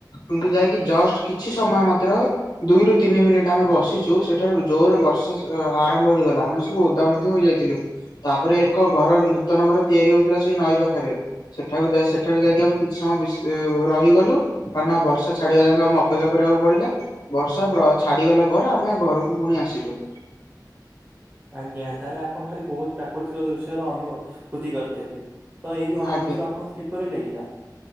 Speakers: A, on the left (about 70°); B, on the right (about 25°).
A: କିନ୍ତୁ ଯାଇକି ଜଷ୍ଟ କିଛି ସମୟ ମାତ୍ର ଦୁଇରୁ ତିନି ମିନିଟ୍ ଆମେ ବସିଛୁ ସେଠାରୁ ଜୋର ବର୍ଷା ଆରମ୍ଭ ହେଇଗଲା ଆମ ତୁ ଓଦା ମଧ୍ୟ ହେଯାଇଥିଲୁ। ତାପରେ ଏକ ଘର ନୂତନ ଘର ତିଆରି ହଉଥିଲା ସେଇ ନଈ ପାଖରେ ସେଠାକୁ ଯାଇ ସେଠାକୁ ଯାଇକି ଆମେ କିଛି ସମୟ ବି ରହିଗଲୁ କାରଣ ବର୍ଷା ଛାଡିବା ଯାକ ଆମେ ଅପେକ୍ଷା କରିବାକୁ ପଡିଲା। ବର୍ଷା ପ୍ର ଛାଡିଗଲା ପରେ ଆମେ ଘରକୁ ପୁଣି ଆସିଲୁ।
B: ଆଜ୍ଞା ତାହେଲେ ଆପଣ କାଲି ବହୁତ ପ୍ରାକୃତିକ ଦୃଶ୍ୟର ଅନୁଭୂତି କରିଥିବେ। ତ ଏଇ ଅନୁଭୂତିୁ
A: ଆଜ୍ଞା
B: ଆପଣଙ୍କୁ କିପରି ଲାଗିଲା?